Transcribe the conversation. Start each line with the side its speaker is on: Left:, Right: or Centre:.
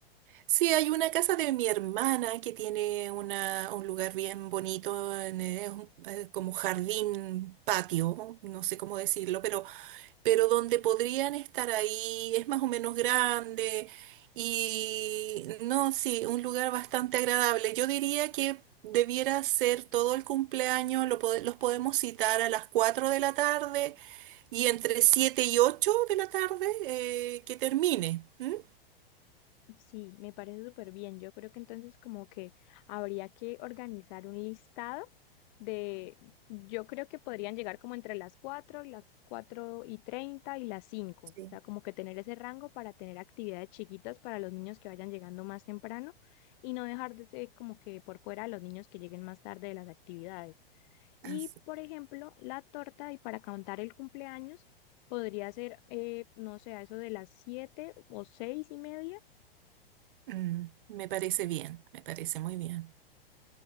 Right: Sí, hay una casa de mi hermana que tiene una, un lugar bien bonito, en, eh, un- eh, como jardín, patio, no sé cómo decirlo, pero, pero donde podrían estar ahí, es más o menos grande y no, sí, un lugar bastante agradable. Yo diría que debiera ser todo el cumpleaños, lo pode- los podemos citar a las 4 de la tarde y entre 7 y 8 de la tarde eh, que termine. ¿m?
Left: Sí, me parece súper bien. Yo creo que entonces como que habría que organizar un listado de, yo creo que podrían llegar como entre las cuatro las 4 y 30 y las cinco
Right: Sí,
Left: O sea, como que tener ese rango para tener actividades chiquitas para los niños que vayan llegando más temprano y no dejar de ser como que por fuera a los niños que lleguen más tarde de las actividades. Y,
Right: así.
Left: por ejemplo, la torta y para contar el cumpleaños podría ser, eh, no sé, a eso de las 7 o seis y media
Right: Mm, me parece bien, me parece muy bien.